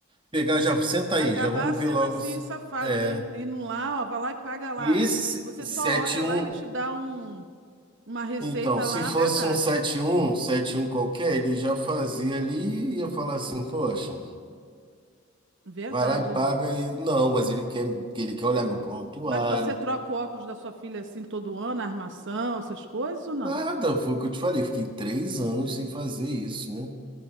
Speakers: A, on the right; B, on the right.
A: pegar, já senta
B: Acabar
A: aí, já vamos
B: sendo
A: ver logo.
B: assim,
A: os-
B: safado,
A: É.
B: né? Indo lá, ó, vai lá e paga lá.
A: E esse se-
B: Você só
A: 7-1,
B: olha lá, ele te dá um, uma receita
A: então, se
B: lá,
A: fosse
B: verdade.
A: um sete um sete um qualquer, ele já fazia ali e ia falar assim, poxa.
B: Verdade,
A: Vai lá e paga
B: amigo.
A: e. Não, mas ele quer, ele quer olhar meu prontuário.
B: Mas você troca o óculos da sua filha assim todo ano, a armação, essas coisas ou não?
A: Nada, foi o que eu te falei. Fiquei três anos sem fazer isso, né?